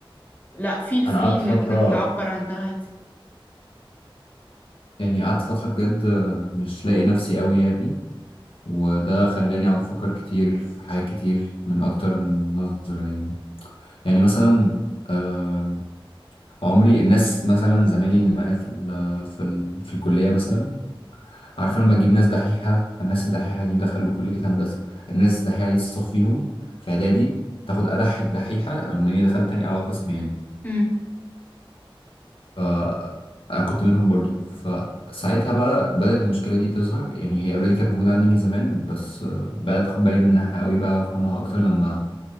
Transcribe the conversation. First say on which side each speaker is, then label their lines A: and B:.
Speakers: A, on the left (about 20°); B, on the left (about 75°).
A: لا فeel free
B: انا قعدت
A: انك
B: فتره
A: تعبر عن ده عادي
B: يعني قعدت فتره بجد مش لاقي نفسي قوي يعني وده خلاني اقعد افكر كتير في حاجات كتير من اكتر من نظره يعني يعني مثلا آه، عمري الناس مثلا زمايلي اللي معايا في ال في ال في الكليه مثلا عارفة لما تجيب ناس دحيحة فالناس الدحيحة دي دخلوا كلية هندسة الناس الدحيحة دي تصفيهم في إعدادي تاخد أدح الدحيحة لما إني دخلت تاني على قسم يعني
A: مم.
B: ف أنا كنت منهم برضو فساعتها بقى بدأت المشكلة دي تظهر يعني هي أوريدي كانت موجودة عندي من زمان بس آه، بدأت أخد بالي منها قوي بقى وأفهمها أكتر لما